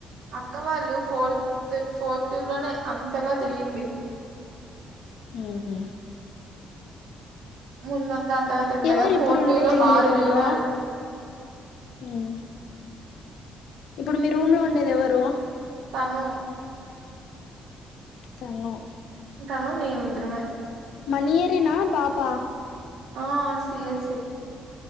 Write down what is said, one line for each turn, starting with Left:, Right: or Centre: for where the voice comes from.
Right: అక్క వాళ్ళు ఫోర్త్ పోర్ టూ లోనే అంతగా తిరిగింది
Left: ఉహుమ్
Right: ముందు అందా రాత్రికి లేదా
Left: ఎవరు ఇప్పుడు
Right: ఫోర్
Left: ఉండేది
Right: టూలో బా
Left: మీ
Right: తరిగినారు
Left: రూమ్ లో మ్ ఇప్పుడు మీ రూమ్ లో ఉండేది ఎవరు
Right: తను
Left: తెల్లం
Right: ఇక అను నేను ఇద్దరమే
Left: మన ఇయర్ ఏ నా పాపా
Right: ఆ సి ఎస్ ఈ